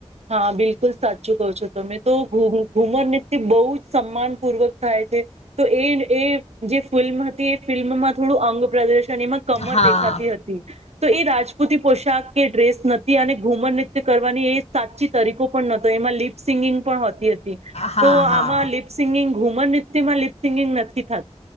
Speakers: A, on the right; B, on the left.
A: હાં, બિલકુલ સાચું કહો છો, તમે તો ઘુ ઘુમર નુત્ય બઉ જ સમ્માનપૂર્વક થાય છે તો એ એ જે ફિલ્મ હતી, એ ફિલ્મમાં થોડું અંગ પ્રદર્શન એમાં કમર
B: હા
A: દેખાતી હતી. તો એ રાજપૂતી પોશાક કે ડ્રેસ નથી અને ઘુમર નૃત્ય કરવાની એ સાચી તરીકો પણ નતો, એમાં લિપ સિંગિંગ પણ હોતી અતી,
B: હા
A: તો
B: હા
A: આમાં લિપ સિંગિંગ ઘુમર નિત્યમાં લિપ સિંગિંગ નથી થાત,